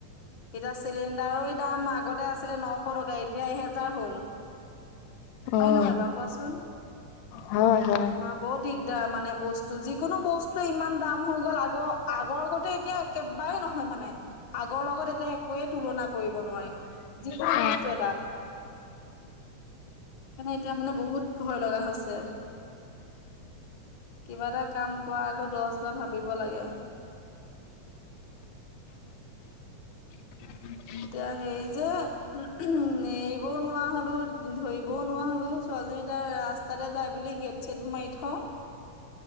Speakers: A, on the left; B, on the left.
A: এতিয়া চিলিণ্ডাৰে দাম আগতে আছিলে নশ টকা এতিয়া এহেজাৰ হ'ল।
B: উম,
A: হয় নহয় বাৰু কোৱাচোন?
B: হয় হয়। অ',
A: তোমাৰ বৰ দিগদাৰ মানে বস্তু যিকোনো বস্তুৱে ইমান দাম হৈ গ'ল আগ আগৰ আগৰগতে এতিয়া একেবাৰে নহয় মানে, আগৰ লগত এতিয়া একোৱে তুলনা কৰিব নোৱাই। যিকোনো
B: অ',
A: বস্তু এটা, মানে এতিয়া মানে বহুত ভয় লগা হৈছে, কিবা এটা কাম কৰা আগত দছ বাৰ ভাবিব ব লাগে।
B: <unintelligible>
A: এতিয়া হেৰি যে উম উম এৰিবও নোৱা হলো ধৰিবও নোৱা হলো ছোৱালীজনী তাৰ ৰাস্ তালে যায় বুলি গেট ছেটবোৰ মাৰি থওঁ।